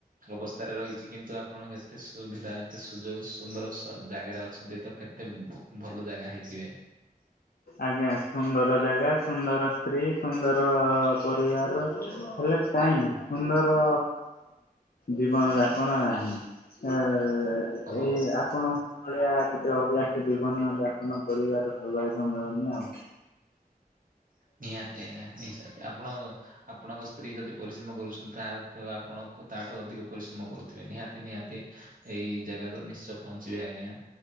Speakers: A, on the right (about 60°); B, on the left (about 75°).
A: ଅବସ୍ଥାରେ ରହିଛି କିନ୍ତୁ ଆପଣ କେତେ ସୁବିଧା ଏତେ ସୁଯୋଗ ସୁନ୍ଦର ଜାଗାରେ ଅଛନ୍ତି ତ। କେତେ ଏତେ ଭଲ ଜାଗା ହେଇଥିବେ।
B: ଆଜ୍ଞା ସୁନ୍ଦର ଜାଗା, ସୁନ୍ଦର ସ୍ତ୍ରୀ, ସୁନ୍ଦର ପରିବାର, ହେଲେ କାଇଁ ସୁନ୍ଦର ଜୀବନ ଯାପନ ନାହିଁ। ଏ ଏ <inaudible>
A: ଓହୋ
B: ଏଇ ଆପଣଙ୍କ ଭଳିଆ ଟିକେ ଅୟାସି ଜୀବନ ଯାପନ କରିବାର ସୋଭା- ଭାଗ୍ୟ ମିଳୁନି ଆଉ।
A: ନିହାତିଆଜ୍ଞା ନିହାତି ଆପଣ ଆପଣଙ୍କ ସ୍ତ୍ରୀ ଯଦି ପରିଶ୍ରମ କରୁଛନ୍ତି ତା ଆପଣ ତାଠାରୁ ଅଧିକ ପରିଶ୍ରମ କରୁଥିବେ ନିହାତି ନିହାତି। ଏଇ ଜାଗାତ ନିଶ୍ଚୟ ପହଞ୍ଚିବେ ଆଜ୍ଞା।